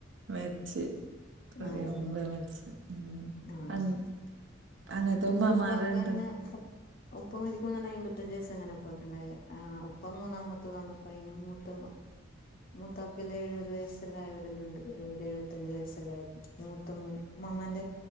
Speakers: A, on the right (about 60°); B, on the left (about 45°).
A: മരിച്ച് പറിയ
B: അതന്നെ
A: മുമ്പെ മരിച്ച് ഉം.
B: ആഹ്
A: അങ് അങ്ങനത്തുമ്മമാരുണ്ട്
B: എന്റെ ഉപ്പക്കെന്നെ ഉപ്പ മരിക്കുമതന്നെ അമ്പത്തഞ്ചച് വയസ്എങ്ങനെ ഒപ്പൊക്ക ഉണ്ടായി ആഹ് ഒപ്പം മൂന്നാമത്തത് തന്നപ്പ അ മൂത്ത മുത്താപ്പില ഇഴത് വയസ്സ് ല്ലായവരില്ല ഉണ്ട് എഴുപത് എഴുപത്തചു വയസ്സായ മൂത്ത ഉമ്മാമ്മന്റെ